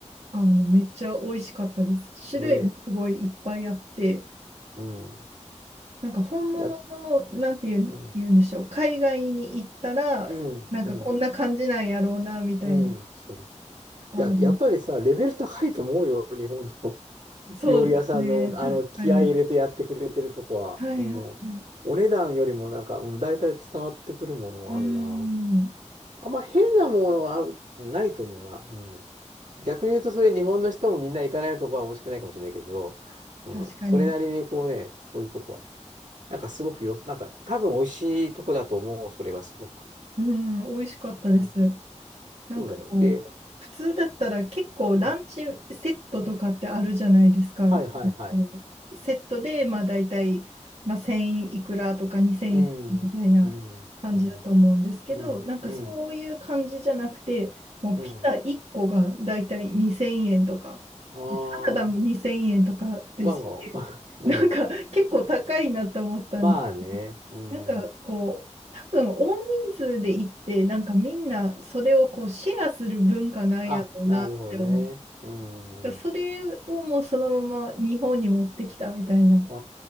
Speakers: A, on the right; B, on the right.
A: あの、めっちゃ美味しかったです。種類もすごいいっぱいあって、
B: ね、うん。
A: なんか本物の、
B: だ、
A: なんていうん、
B: うん。
A: 言うんでしょう、海外に行ったら、
B: うん。
A: なんかこんな感じなんやろうな、
B: うん。
A: みたいな。
B: うん。そうい
A: あの、
B: や、やっぱりさ、レベル高いと思うよ、日本の <laughs>
A: そうですね、
B: 料理屋さんの、あの気合い入れてやってくれてるとこは。
A: 確かに。はいはいはい。
B: もう、お値段よりもなんか、うん、大体伝わってくるものはあるな。
A: うーん、
B: あんま変なものはあるないと思うな。うん、逆に言うと、それ日本の人もみんな行かないとこは美味しくないかもしれないけど、うん、
A: 確かに。
B: それなりにこうね、そういうとこはね、なんかすごくよ、なんか多分美味しいとこだと思う、それはすごく。
A: うーん、美味しかったです。
B: うん、
A: なんかこう、
B: そうだよ。で、
A: 普通だったら結構ランチセットとかってあるじゃないですか。
B: うん、はいはいはい。
A: こうセットで、まあ大体、まあ、1000いくらとか2000いくらみたいな感じだと思うんですけど、
B: うん、うん、うん。うん、
A: なんかそういう感じじゃなくて、
B: うん、
A: もうピザ1個が大体2000円とか、
B: うん。ああ、
A: でサラダも2000円とかですし、
B: まあもう、
A: なんか結構高いなと思ったんです。
B: <laughs> うん。まあね、うん。
A: なんかこう、多分大人数で行って、なんかみんなそれをこうシェアする文化なんやろうなって思う。
B: あ、なるほどね。うん。
A: だからそれをもうそのまま日本に持ってきたみたいな
B: あ